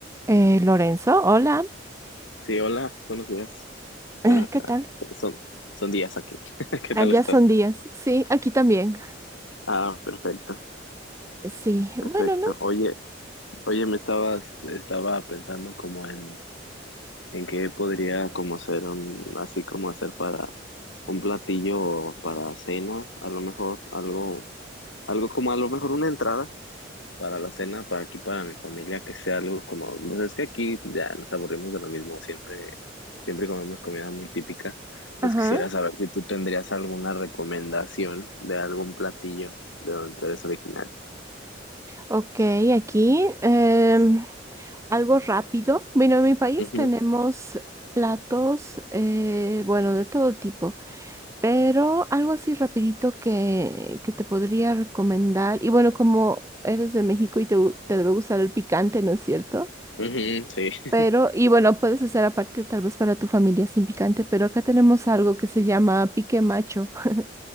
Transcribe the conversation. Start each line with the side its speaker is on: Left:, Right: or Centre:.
Right: Eh, Lorenzo, hola.
Left: Sí, hola, buenos días. Bueno, acá
Right: Ah, ¿Qué tal?
Left: son, son, son días aquí. <laughs> ¿Qué
Right: Allá
Left: tal estás?
Right: son días. Sí, aquí también.
Left: Ah, perfecto,
Right: Sí,
Left: perfecto.
Right: bueno, ¿no?
Left: Oye, oye, me estabas, estaba pensando como en, en qué podría como ser un, así como hacer para un platillo o para cena, a lo mejor, algo, algo como a lo mejor una entrada. para la cena, para aquí, para mi familia, que sea algo como, pues es que aquí ya nos aburrimos de lo mismo, siempre, siempre comemos comida muy típica. Entonces
Right: Ajá.
Left: quisiera saber si tú tendrías alguna recomendación de algún platillo de donde tú eres original.
Right: Ok, aquí em, algo rápido. Bueno, en mi país
Left: Ujú,
Right: tenemos platos, eh, bueno, de todo tipo, pero algo así rapidito que, que te podría recomendar. Y bueno, como eres de México y te, gu- te debe gustar el picante, ¿no es cierto?
Left: ujú, sí, <laughs>
Right: Pero, y bueno, puedes hacer aparte tal vez para tu familia sin picante, pero acá tenemos algo que se llama pique macho. <laughs>